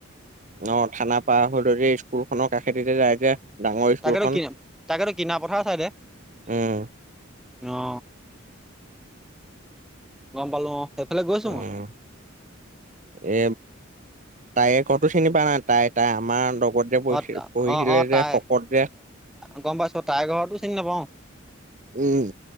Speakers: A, on the right; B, in the centre.
A: অ থানা পাৰ <unintelligible> দে স্কুল খনৰ কাষেদি কে যায় যে ডাঙৰ স্কুলখন
B: তাকেতো কিনা তাকেতো কিনা পথাৰ চাই দে
A: উম,
B: অ গম পালো অ সেইফালে গৈছো
A: উম,
B: মই
A: এ তাই কতো চিনি পাই নাই তাই তাই আমাৰ লগত যে পঢ়িছিল
B: অ
A: পঢ়িছিলে
B: অ অ তাই
A: যে শকত যে
B: গম পাইছো তাইৰ ঘৰতো চিনি নাপাও
A: উম